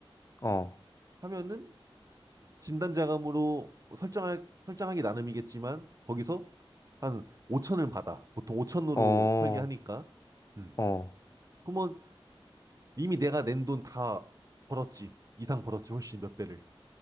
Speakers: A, on the left; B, on the right.
A: 어,
B: 하면은 진단자금으로 설정할, 설정하기 나름이겠지만 거기서 한 5천을 받아. 보통 5천으로
A: 어,
B: 설계하니까. 음.
A: 어.
B: 그러면 이미 내가 낸 돈 다 벌었지. 이상 벌었지. 훨씬 몇 배를.